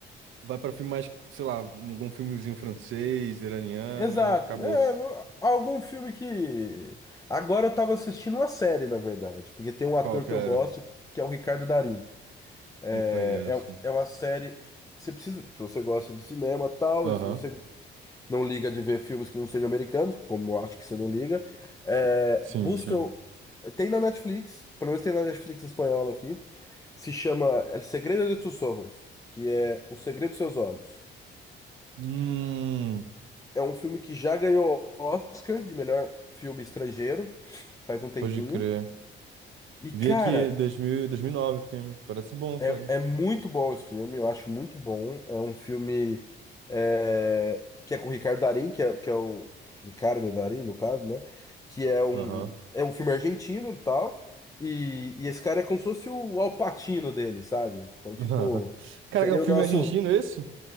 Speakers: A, on the right; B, on the left.
A: vai pra filme mais, sei lá, algum filmezinho francês, iraniano,
B: Exato.
A: e acabou.
B: É, algum filme que. Agora eu tava assistindo uma série, na verdade, porque tem um ator
A: Qual que
B: que
A: era?
B: eu gosto, que é o Ricardo Darín. É,
A: Não conheço.
B: é, é uma série. Você precisa, se você gosta de cinema, tal,
A: Aham.
B: e se você não liga de ver filmes que não sejam americanos, como eu acho que você não liga. É,
A: Sim,
B: busca.
A: sim.
B: o- Tem na Netflix, pelo menos tem na Netflix espanhola aqui, se chama El Segredo de Tus Ojos, que é O Segredo dos Seus Olhos.
A: Hum,
B: É um filme que já ganhou Oscar de melhor filme estrangeiro, faz um tempinho.
A: pode crer.
B: E,
A: Vi
B: cara,
A: aqui 2000, nove o filme. Parece bom,
B: É,
A: cara.
B: é muito bom esse filme, eu acho muito bom. É um filme é, que é com o Ricardo Darín, que é, que é o Ricardo Darín, no caso, né? Que é um,
A: Aham.
B: é um filme argentino e tal. E, e esse cara é como se fosse o Al Pacino dele, sabe? Então, tipo,
A: Aham. Cara,
B: seria
A: é um filme
B: o nosso.
A: argentino esse?